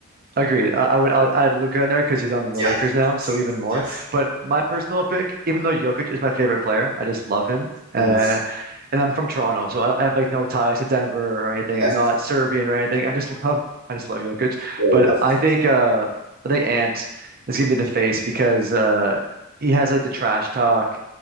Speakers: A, on the right; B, on the right.
A: agreed. I, I would I would add Luca in there because he's on the
B: Yeah,
A: Lakers now, so even more.
B: yeah,
A: But my personal pick, even though Jokic is my favorite player, I just love him. Uh,
B: Mhm.
A: and I'm from Toronto, so I, I have like no ties to Denver or anything.
B: yeah.
A: I'm not Serbian or anything. I just <laughs> love I just love Jokic.
B: yeah
A: But
B: he's
A: I think uh I think Ant is gonna be the face because uh he has like the trash talk.